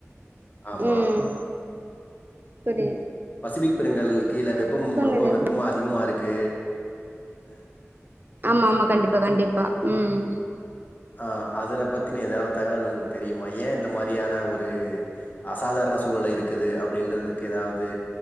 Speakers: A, on the left (about 35°); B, on the right (about 40°).
A: ஆமா.
B: ம் செரி
A: பசிபிக் பெருங்கடல் கீழ வெப்பம் ரொம்ப
B: இது
A: வெப்பமா அதிகமா இருக்கு அ
B: ஆமாமா கண்டிப்பா கண்டிப்பா ம்
A: அ அதன பத்தின எதாவ தகவல் உங்களுக்கு தெரியுமா ஏ இந்த மாரியான ஒரு அசாதாரண சூழ்நிலை இருக்குது அப்டின்றதுக்கு எதாவுது